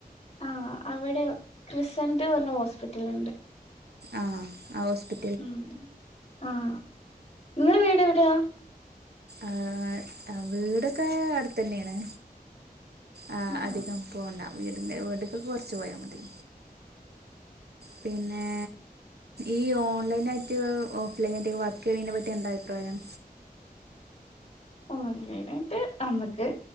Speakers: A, on the left; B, on the right.
A: ആഹ് അവടെ ക്രിസന്റ് പറഞ്ഞ ഹോസ്പിറ്റല്ണ്ട്
B: ആഹ് ആ ഹോസ്പി
A: ഉം ആഹ് ഇങ്ങളെ വീട് എവിടെയാ
B: ആഹ് ആഹ് വീടെക്കെ അട്ത്തന്നേണ് ആഹ്
A: ആ
B: അധികം പോവണ്ട വീട്ന്റെ വീട്ക്കൊക്കെ കൊറച്ച് പോയാ മതി പിന്നെ ഈ ഓൺലൈനായിട്ട് ഓഫ് ലൈനായിട്ടക്കെ വർക്കെയ്യിനെ പറ്റി എന്താ അഭിപ്രായം
A: ഓൺലൈനായിട്ട് അമ്മക്ക്